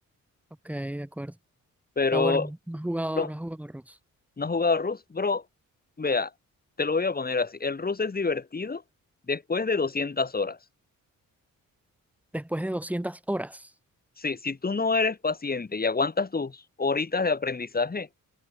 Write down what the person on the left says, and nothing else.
Pero
no,
no he jugado Rust, bro. Vea, te lo voy a poner así. El Rust es divertido después de 200 horas.
Sí, si tú no eres paciente y aguantas tus horitas de aprendizaje,